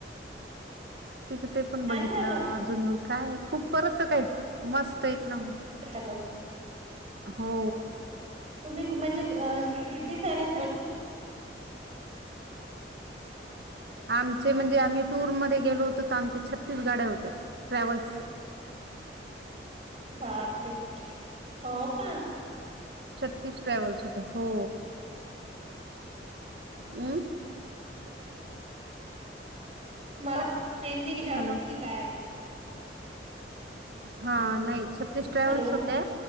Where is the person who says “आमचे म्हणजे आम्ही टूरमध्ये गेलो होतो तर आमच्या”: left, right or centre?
Right